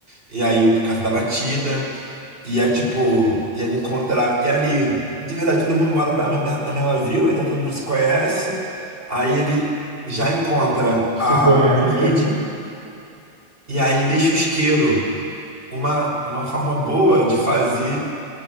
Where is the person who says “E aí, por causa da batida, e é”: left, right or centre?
Right